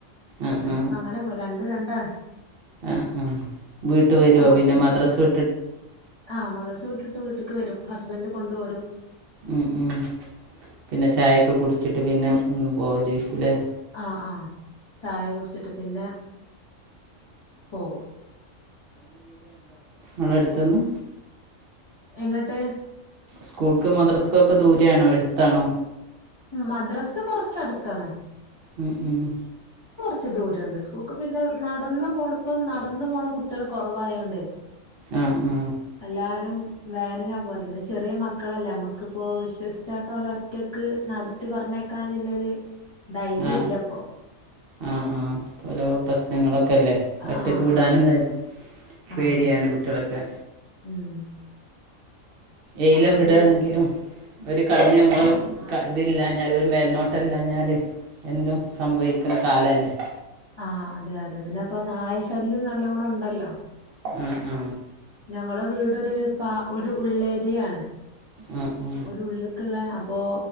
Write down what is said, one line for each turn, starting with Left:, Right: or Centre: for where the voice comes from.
Right: ആ
Left: പിന്നെ
Right: ആ
Left: സ്കു അങ്ങനെ വൊ രണ്ട് രണ്ട് ആ
Right: ആ ആ വീട്ട് വരുവോ
Left: മക്കൾക്ക്
Right: പിന്നെ മദ്രസ വി
Left: ആഹ് മദ്രസ വിട്ടിട്ട് വീട്ടക്ക് വരും ഹസ്ബൻഡ് കൊണ്ട് പോരും
Right: ഉ ഉ പിന്നെ ചായൊക്കെ കുടിച്ചിട് ട്ട് പിന്നെ ഫ്‌ പോരിഫിലേ
Left: ആ ആ ചായ കുടിച്ചിട്ട് പിന്നെ പോകും.
Right: നമ്മളെ അടുത്തു നിന്ന്
Left: എങ്ങട്ട്?
Right: സ്കൂൾക്ക് മദ്രസക്കൊക്കെ ദൂരയാണോ അടുത്താണോ?
Left: മദ്രസ് കൊറച്ചടുത്താണ്.
Right: മ് മ്
Left: ച്ച് ദൂരണ്ട് സ്കൂൾക്ക് പിന്നെ നടന്ന് പോണപ്പോ നടന്നു പോണ കുട്ടികള് കൊറവായോണ്ടേ
Right: ആ ആ
Left: എല്ലാരും വേനല പോലെ പിന്നെ ചെറിയ മക്കളല്ലേ നമ്മക്കിപ്പോ വിശ്വസിച്ചായിടലെ ഒറ്റക്ക് നട ട്ട് പറഞ്ഞേക്കാനുള്ളൊരു ധൈര്യംല്ല
Right: ആ
Left: ഇപ്പോ
Right: ആ ആ ഓരോ പ്രശ്നങ്ങളൊക്കെല്ലേ ഒറ്റക്ക്
Left: ആഹ്
Right: വിടാനും
Left: ആഹ്
Right: നേ പേടിയാണ്
Left: ആഹ്
Right: കുട്ടികളൊക്കെ
Left: ഉം
Right: എയിലെ
Left: അപ്പൊ
Right: വിടണെങ്കിലും
Left: പിൻ
Right: ഒരു കണ്ണ് നമ്മള്
Left: ആഹ്
Right: വ് ക ഇ ഇതില്ലാഞ്ഞാല് ഒരു മേൽനോട്ടം ഇല്ലാഞ്ഞാല് എന്തും സംഭവിക്കണ കാലല്ലേ.
Left: ആ അതെ അതെ പിന്നെ ഇപ്പോ നായ ശല്യം നല്ലോണം ഇണ്ടല്ലോ.
Right: ആ ആ
Left: ഞങ്ങള വീടൊര് ക ഒരു ഉള്ളേരിയയാണ്,
Right: ആ ആ
Left: ഒരു ഉള്ള്ക്ക്ള്ള അപ്പോ